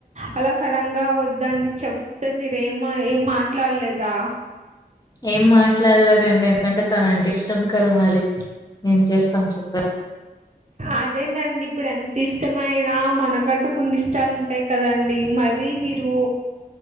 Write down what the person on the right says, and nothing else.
అలా సడన్ గా వద్దని చెప్తే మీరేమి ఏం మాట్లాడలేదా?
అదేనండి, ఇప్పుడు ఎంత ఇష్టమైన మనకంటూ కొన్ని ఇష్టాలు ఉంటాయి కదండి మరీ మీరు.